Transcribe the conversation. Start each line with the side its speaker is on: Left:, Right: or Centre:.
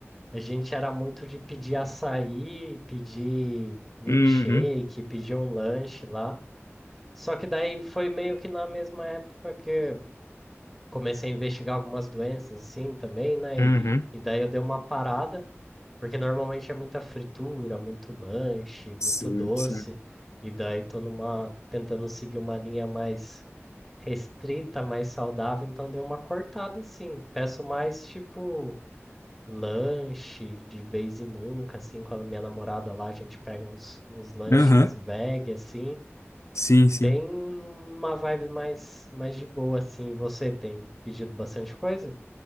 Centre: a gente era muito de pedir açaí, pedir milkshake,
Left: Uhum.
Centre: pedir um lanche lá. Só que daí foi meio que na mesma época que eu comecei a investigar algumas doenças assim também, né?
Left: Uhum.
Centre: E, e daí eu dei uma parada, porque normalmente é muita fritura, muito lanche, muito
Left: Sim,
Centre: doce,
Left: sim.
Centre: e daí tô numa tentando seguir uma linha mais restrita, mais saudável, então dei uma cortada assim. Peço mais tipo lanche de vez em nunca, assim, com a minha namorada lá, a gente pega uns, uns lanches
Left: Aham.
Centre: veg assim
Left: Sim, sim.
Centre: Bem uma vibe mais, mais de boa, assim. Você tem pedido bastante coisa?